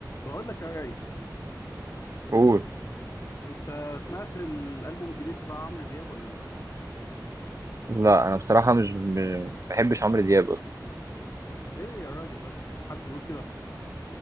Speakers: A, on the left (about 40°); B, on the right (about 45°).
A: بقول لك يا ريس
B: قول
A: انت سمعت الالبوم الجديد بتاع عمرو دياب ولا لسه
B: لا انا بصراحه مش ب- بحبش عمرو دياب اصلا
A: ليه يا راجل بس حد يقول كده